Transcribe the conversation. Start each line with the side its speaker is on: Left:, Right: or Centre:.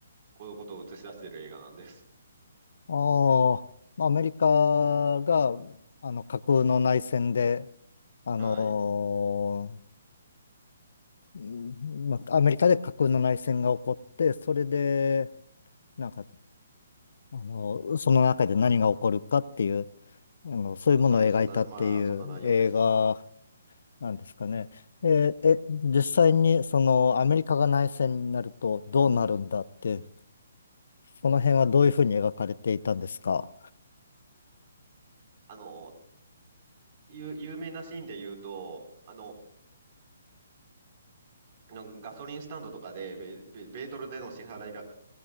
Right: こういうことを映し出している映画なんです。
Left: ああ、まあアメリカが、あの、架空の内戦で、あのー
Right: はい。
Left: うんまあアメリカで架空の内戦が起こって、それで、なんか、あの、その中で何が起こるかっていう、あの、そういうものを描いたっていう映画
Right: そう、はい、そんな、まあ、そんな内容です。
Left: なんですかね。えー、え、実際にそのアメリカが内戦になるとどうなるんだって、その辺はどういうふうに描かれていたんですか
Right: あの、有、有名なシーンで言うと、あの、のガソリンスタンドとかで、米米米ドルでの支払いが